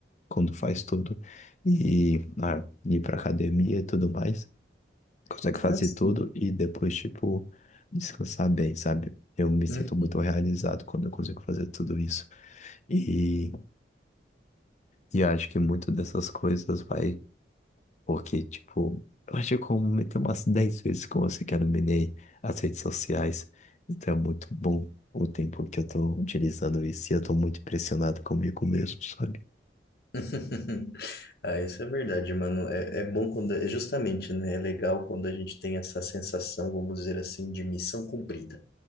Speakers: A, on the left; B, on the left.
A: quando faz tudo, e ah, ir pra academia e tudo mais, consegue fazer
B: Ah, sim.
A: tudo e depois, tipo, descansar bem, sabe? Eu me sinto
B: Uhum.
A: muito realizado quando eu consigo fazer tudo isso. E, e acho que muito dessas coisas vai Porque, tipo, eu acho que eu comentei umas 10 vezes com você que eu eliminei as redes sociais. Então é muito bom o tempo que eu tô utilizando isso e eu tô muito impressionado comigo mesmo, sabe?
B: <laughs> Ah, isso é verdade, mano. É, é bom quando, é justamente, né? É legal quando a gente tem essa sensação, vamos dizer assim, de missão cumprida.